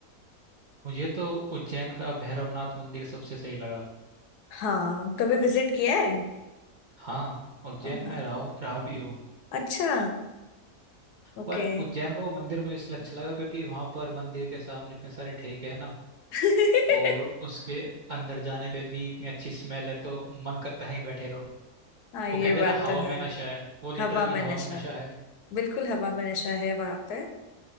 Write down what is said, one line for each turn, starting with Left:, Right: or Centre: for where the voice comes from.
Right: मुझे तो उज्जैन का भैरवनाथ मंदिर सबसे सही लगा
Left: हाँ कभी विजिट किया है
Right: हाँ उज्जैन
Left: हाँ,
Right: में रहा हूँ- रहा भी हूँ
Left: अच्छा ओके
Right: पर उज्जैन का वो मंदिर मुझे इसलिए अच्छा लगा क्योंकि वहां पर मंदिर के सामने इतने सारे ठेके हैं ना
Left: <laughs>
Right: और उसके अंदर जाने पे भी इतनी अच्छी स्मेल है तो मन करता है ही बैठे रहो
Left: हाँ ये
Right: वो कहते
Left: बात
Right: हैं ना हवा
Left: तो है
Right: में नशा है वो लिटरली
Left: हवा में नशा
Right: हवा में नशा है
Left: बिल्कुल हवा में नशा है वहां पे